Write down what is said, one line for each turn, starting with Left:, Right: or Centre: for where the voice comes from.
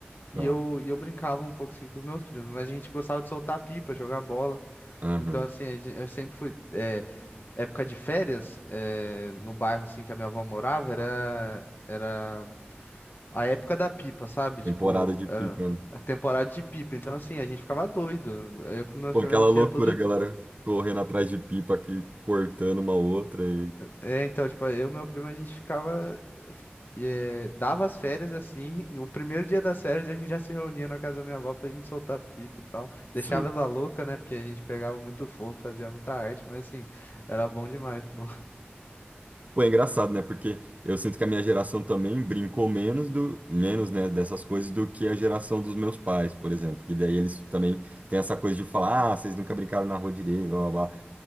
Left: E
Right: tá.
Left: eu, e eu brincava um pouco assim com os meus primos, mas a gente gostava de soltar pipa, jogar bola.
Right: Aham.
Left: Então, assim, a gen- eu sempre fui. é, época de férias, é, no bairro assim que a minha avó morava, era, era a época da pipa, sabe?
Right: Temporada
Left: Tipo,
Right: de pipa,
Left: era
Right: né?
Left: a temporada de pipa. Então, assim, a gente ficava doido. Eu com os meus
Right: Pô,
Left: primos,
Right: aquela
Left: a gente
Right: loucura,
Left: ia todo,
Right: galera correndo atrás de pipa aqui, cortando uma outra e.
Left: É, é, então, tipo, eu e meu primo, a gente ficava. eh, dava as férias assim. O primeiro dia das férias a gente já se reunia na casa da minha avó pra gente soltar pipa e tal. Deixava
Right: Sim.
Left: ela louca, né? Porque a gente pegava muito fogo, fazia muita arte, mas assim, era bom demais, pô.
Right: Pô, é engraçado, né? Porque eu sinto que a minha geração também brincou menos do, menos, né, dessas coisas do que a geração dos meus pais, por exemplo. Que daí eles também têm essa coisa de falar, ah, vocês nunca brincaram na rua direito, blá, blá, blá.